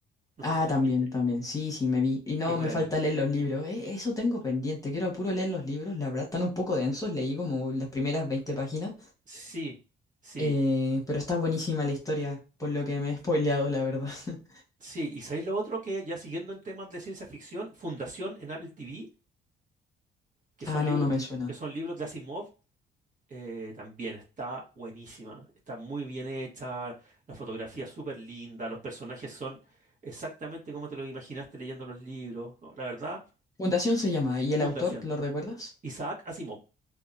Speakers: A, on the right; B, on the left.
A: No sé
B: Ah,
A: si las
B: también,
A: viste.
B: también. Sí, sí, me vi. Y no,
A: Qué maravilla.
B: me falta leer los libros. Eh, eso tengo pendiente. Quiero puro leer los libros. La verdad, están un poco densos. Leí como las primeras 20 páginas.
A: Sí, sí,
B: Eh, pero está buenísima la historia, por lo que me he spoileado, la verdad. <laughs>
A: sí. ¿Y sabéis lo otro que ya siguiendo en temas de ciencia ficción, Fundación en Apple TV, que son
B: Ah, no,
A: libros,
B: no me suena.
A: que son libros de Asimov, eh, también está buenísima. Está muy bien hecha, la fotografía es súper linda, los personajes son exactamente como te lo imaginaste leyendo los libros. No, la verdad,
B: Fundación se llama. ¿Y el
A: Fundación.
B: autor, lo recuerdas?
A: Isaac Asimov,